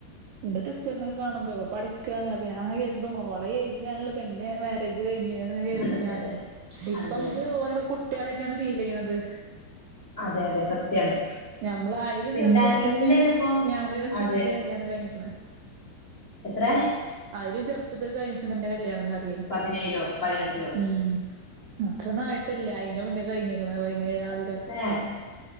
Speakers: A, on the right; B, on the left.
A: എന്റെ സിസ്റ്ററിനെക്കെ കാണുമ്പോ ഓള് പഠിക്കാണ് അപ്പൊ ഞാൻ ഇങ്ങനെ കെരുതും ഓളെ ഈ എയ്ജിണല്ലോ പ്പൊ എന്റെ മാ രേജ് കഴിഞ്ഞഹ് ഇങ്ങനെ കരുതും
B: അതെ
A: ഞാന്
B: അതെ
A: ഇപ്പ
B: അതെ
A: നമുക്ക് ഓലൊക്കെ കുട്ട്യേളായിട്ടാണ് ഫീലെയ്യ്ണത് ചെയ
B: അതെ അതെ സത്യാണ്
A: ഞമ്മള് അയിലും
B: പിന്ത
A: ചെറുപ്പത്തിലൊക്കെ
B: ഇന്നന്നെ ഇപ്പോ
A: ഞാന്
B: അതെ
A: എന്റെ കല്യാണം കഴിഞ്ഞിക്ക്ണ്
B: എത്രെ
A: അയിലും ചെറുപ്പത്തിൽ കഴിഞ്ഞിക്ക്ണ് എന്റെ കല്യാണംന്ന് അറ്യേ
B: പതിനേഴിലോ പതിനെട്ടിലോ
A: ഉം അത്രയൊന്നും ആയിട്ടില്ല അയിന്റെ മുന്നേ കഴിഞ്ഞിക്ക്ണ് പതിനേയാതി
B: എഹ്